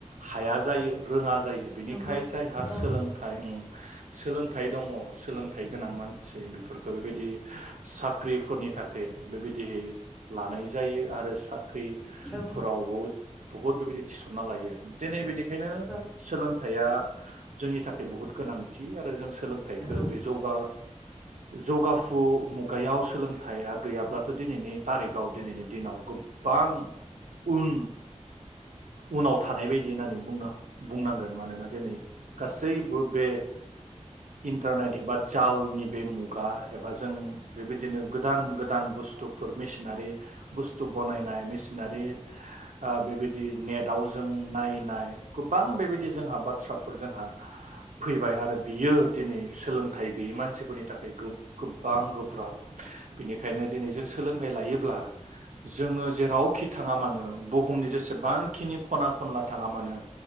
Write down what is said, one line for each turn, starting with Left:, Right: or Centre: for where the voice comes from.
Right: हाया जायो रोङा जायो बेनिखाय
Centre: नंगौ
Right: हा
Centre: औ
Right: सोलोंथाइ उम सोलोंथाइ दङ सोलोंथाइ गोनां मानसि बेफोरखौ बेबायदि साख्रिफोरनि थाखाय बेबायदि लानाय जायो आरो सा ख्रिफोराव
Centre: औ
Right: बु बुहुत बेबायदि थिसनना लायो दिनै बिदि खायनो
Centre: औ
Right: सोलों थाया जोंनि थाखाय बुहुद गोनांथि आरो जों सोलोंथाइखो
Centre: नंगौ
Right: बे जौगा जौगाफु मुगायाव सोलोंथाइया गैयाब्लाथ' दिनैनि तारिखाव दिनैनि दिनाव गोबां उन उनाव थानाय बायदि होननानै बुंनां बुंनांगोन मानोना दिनै गासैबो बे इन्टारनेट एबा जालनि बे मुगा एबा जों बेबायदिनो गोदान गोदान बुस्थुफोर मेसिनारि बुस्थु बनायनाय मेसिनारि ओ बेबायदि नेटआव जों नायनाय गोबां बेबायदि जोंहा बाथ्रा फोर जोंहा फैबाय आरो बियो दिनै सोलोंथाइ गैयि मानसिफोरनि थाखाय गोब-गोबां गोब्राब बेनिखायनो दिनै जों सोलोंथाइ लायोब्ला जोङो जेरावखि थाङा मानो बुहुमनि जेसेबांखिनि खना खनला थाङा मानो